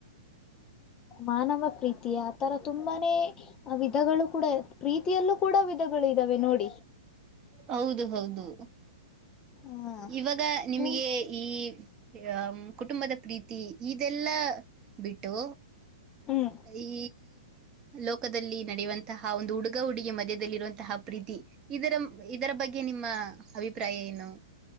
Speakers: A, on the left; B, on the right.
A: ಮಾನವ ಪ್ರೀತಿ ಆತರ ತುಂಬಾನೇ ವಿಧಗಳು ಕೂಡ ಪ್ರೀತಿಯಲ್ಲೂ ಕೂಡ ವಿಧಗಳು ಇದಾವೆ ನೋಡಿ
B: ಹೌದು ಹೌದು
A: ಹ
B: ಇವಾಗ ನಿಮ್ಗೆ
A: ಹ್ಮ್
B: ಈ ಆ ಕುಟುಂಬದ ಪ್ರೀತಿ ಇದೆಲ್ಲಾ ಬಿಟ್ಟು
A: ಹ್ಮ್
B: ಈ ಲೋಕದಲ್ಲಿ ನಡೆಯುವಂತಹ ಒಂದು ಹುಡುಗ ಹುಡುಗಿ ಮಧ್ಯ್ಯದಲ್ಲಿರುವಂತಹ ಪ್ರೀತಿ ಇದರ ಇದರ ಬಗ್ಗೆ ನಿಮ್ಮ ಅಭಿಪ್ರಾಯ ಏನು